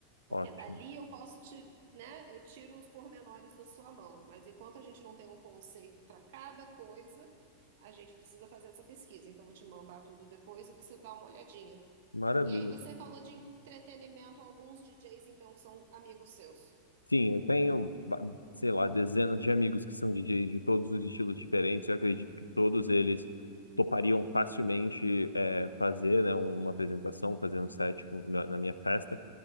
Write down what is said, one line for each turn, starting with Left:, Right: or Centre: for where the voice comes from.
Right: porque
Left: ótimo,
Right: dali eu posso te, né, eu tiro os pormenores da sua mão, mas enquanto a gente não tem um conceito para cada coisa, a gente precisa fazer essa pesquisa. Então, eu vou te mandar tudo depois e você dá uma olhadinha.
Left: maravilha.
Right: E aí, você falou de entretenimento, alguns DJs, então, que são amigos seus.
Left: Sim, eu tenho, ba- sei lá, dezenas de amigos que são DJs de todos os estilos diferentes. Eu acredito que todos eles topariam facilmente é, fazer, né, uma apresentação, fazer um set na na minha festa.